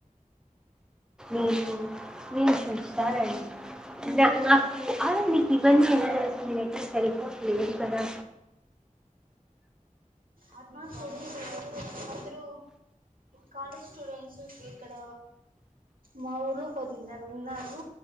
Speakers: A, in the centre; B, on the right.
A: ఉహూ మీరు చూశారా నా నాకు అవును మీకు ఇవన్నీ ఎలా తెలుసు మీ దగ్గర సెల్ ఫోన్ లేదు కదా
B: ఆ తెలీదు అందరూ కాలేజ్ స్టూడెంట్స్ ఇక్కడ మా ఊర్లో కొద్దిందరు ఉన్నారు